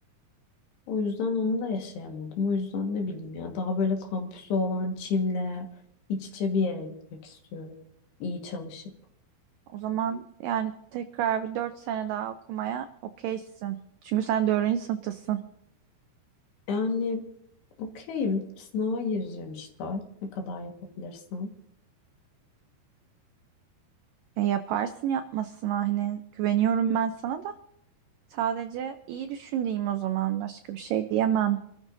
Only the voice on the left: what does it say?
O yüzden onu da yaşayamadım. O yüzden ne bileyim ya daha böyle kampüsü olan Çim'le iç içe bir yere gitmek istiyorum. İyi çalışıp.
Yani okeyim. Sınava gireceğim işte. Ne kadar yapabilirsem.